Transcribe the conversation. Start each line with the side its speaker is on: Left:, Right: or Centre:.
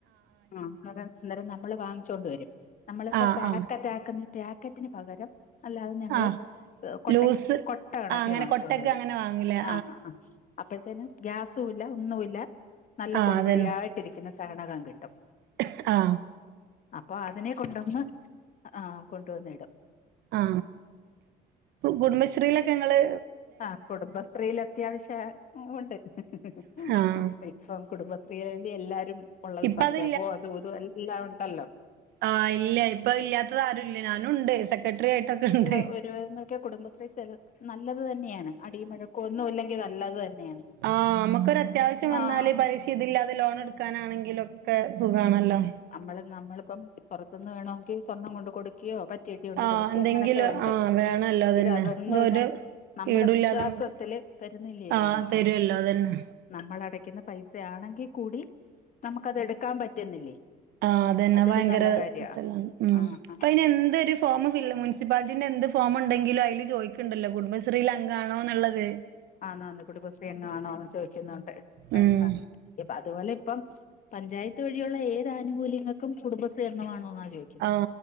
Left: ആ അതെ ന്നേരം നമ്മള് വാങ്ങിച്ചൊണ്ട് വെരും നമ്മളിപ്പോ
Right: ആ
Left: പേക്കറ്റാക്ക്ന്ന
Right: ആ
Left: പേക്കറ്റിന് പകരം അല്ലാതെ ഞങ്ങള്
Right: ആ
Left: കൊട്ടെ
Right: ലൂസ്
Left: കൊട്ട കണക്കിന്
Right: ആ അങ്ങനെ
Left: വാങ്ങിചോണ്ട്
Right: കൊട്ടക്ക്
Left: വെരും
Right: അങ്ങനെ വാങ്ങൂലേ
Left: അ ആ അപ്പഴ്ത്തിന് ഗ്യാസൂല്ല ഒന്നൂല്ല നല്ല
Right: ആഹ്
Left: പൊടി
Right: അതന്നെ
Left: പൊടിയായിട്ടിരിക്ക്ണ ചാണകം കിട്ടും
Right: ക്ക് ആ
Left: അപ്പൊ അതിനെ കൊണ്ടൊന്ന് ആ കൊണ്ടൊന്നിടും
Right: ആ കുടുംബശ്രീയിലൊക്കെങ്ങള്
Left: ആ കുടുംബശ്രീയിലത്യാവിശ്യേ മുണ്ട് <unintelligible>
Right: ആഹ്
Left: ഇപ്പം കുടുംബശ്രീയില് എല്ലാരും ഒള്ളരുസംരംഭം
Right: ഇപ്പ അത്
Left: അതും ഇതും എല്ലാംണ്ടല്ലോ
Right: ആ ഇല്ലൃ ഇപ്പൊ ഇല്ലൃത്തത് ആരുല്ലൃ ഞാനുണ്ട് സെക്രെട്ടറി ആയിട്ടൊക്കെ ഉണ്ട്
Left: ള്ള ഒരുവരുന്നൊകെ കുടുംബശ്രീ ചെലനല്ലത് തന്നെയാണ് അടിംവഴക്കൊന്നുല്ലെങ്കിൽ നല്ലത് തന്നെയാണ്
Right: ആ മക്കൊരു അത്യാവിശ്യം വന്നാല്
Left: ആഹ്
Right: പലിശിംഇതില്ലാതെ ലോൺട്ക്കാനാണെങ്കിലൊക്കെ സുഖാണല്ലോ
Left: അമ്മള് നമ്മളിപ്പം പൊറത്ത്ന്ന് വേണൊങ്കി സ്വർണ്ണം കൊണ്ട് കൊടുകയോ പറ്റേ തി യൊണ്ട്
Right: ആഹ്
Left: കൊടുക്കേ
Right: എന്തെങ്കിലും
Left: അങ്ങനെയൊക്കെ വേണ്ടേ
Right: ആഹ് വേണല്ലോ അതന്നെ
Left: ഇത് അതൊന്നുല്ലാതെ
Right: ഇതൊരു
Left: നമ്മടെ
Right: ഈടുല്ലാതെ
Left: വിശ്വാസത്തില്
Right: നമുക്ക്
Left: തെരുന്നില്യേ ലോണൊക്കെ
Right: ആഹ് തരുവല്ലോ അതന്നെ
Left: നമ്മളടയ്ക്ക്ന്ന പൈസയാണെങ്കികൂടി നമുക്ക് അത് എടുക്കാൻ പറ്റുന്നില്ലേ
Right: ആ അതന്നെ
Left: അതൊരു
Right: ഭയങ്കര
Left: നല്ല കാര്യാ
Right: കിട്ടലാണ് മ്
Left: ആ ആ
Right: പ്പയിന് എന്ത് രു ഫോമ് ഫില്ല് മുനിസിപ്പാലിറ്റിന്റെ എന്ത് ഫോമ്ണ്ടെങ്കിലും അയില് ചൊയിക്ക്ണ്ടല്ലോ കുടും ബശ്രീല് അംഗാണോന്ന്ള്ളത്
Left: ആ ന്നോ അന്ന് കുടുംബശ്രീ അംഗാണോ ന്ന് ചോയ്ക്ക്ന്ന്ണ്ട് ഏ
Right: ഉം
Left: ആ ഇപ്പ അതുപോലെ ഇപ്പം പഞ്ചായത്ത് വഴിയുള്ള ഏതാനുകൂല്യങ്ങക്കും കുടുംബശ്രീഅംഗമാണോന്ന ചോ
Right: ആ